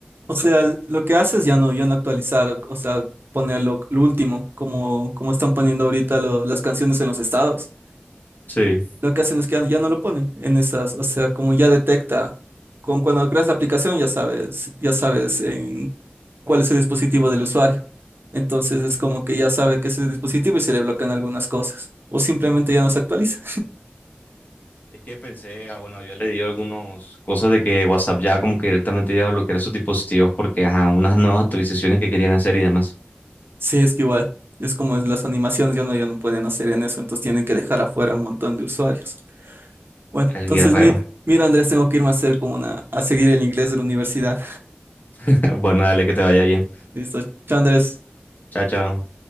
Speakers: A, on the right; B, on the left.
A: O sea, lo que haces ya no, ya no actualizar, o sea, poner lo, lo último, como, como están poniendo ahorita lo- las canciones en los estados.
B: Sí.
A: Lo que hacen es que ya, ya no lo ponen en esas, o sea, como ya detecta, con, cuando creas la aplicación ya sabes, ya sabes en cuál es el dispositivo del usuario. Entonces es como que ya sabe que es el dispositivo y se le bloquean algunas cosas, o simplemente ya no se actualiza.
B: Es que pensé, ah, bueno, yo le di algunas cosas de que WhatsApp ya como que directamente iba a bloquear esos dispositivos porque, ajá, unas nuevas actualizaciones que querían hacer y demás.
A: Sí, es que igual, es como es las animaciones, ya no, ya no pueden hacer en eso, entonces tienen que dejar afuera un montón de usuarios. Bueno,
B: El
A: entonces
B: guerrero.
A: mi- mira, Andrés, tengo que irme a hacer como una, a seguir el inglés de la universidad.
B: <laughs> Bueno, dale que te vaya bien.
A: Listo, chao, Andrés.
B: Chao, chao.